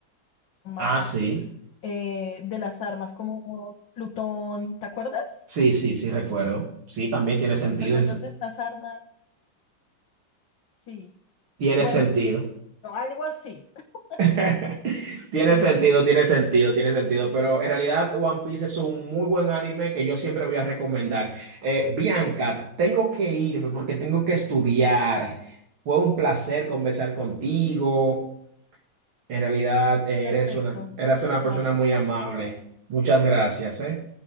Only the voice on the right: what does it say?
Ah, sí,
sí, sí, sí, recuerdo. Sí, también tiene sentido.
en su-
Tiene
sentido.
<laughs>
Tiene sentido,
tiene sentido, tiene sentido, pero en realidad One Piece es un muy buen anime que yo siempre voy a recomendar. Eh, Bianca, tengo que irme porque tengo que estudiar. Fue un placer conversar contigo. En realidad eh,
eres una, eres una
persona muy amable. Muchas gracias, ¿eh?